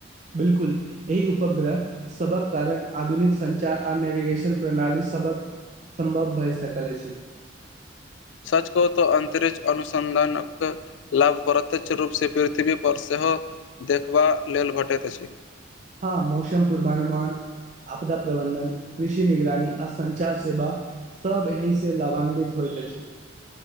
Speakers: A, on the right (about 40°); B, on the left (about 75°).
A: बिल्कुल एई उपग्रह सबक कारण आधुनिक संचार आ नेवेगेशन प्रणाली सबक संभव बैर सकल अछि
B: सच कहु तो अंतरिक्ष अनुसन्धानक लाभ प्रत्यक्ष रूपसँ पृथ्वी पर सेहो देखबा लेल भेटक अछि
A: हँ मुसम पूर्वानुमान आपदा प्रबन्धन कृषि निगरानी आ संचार सेवा सभ एहिसँ लावान्वित होयत अछि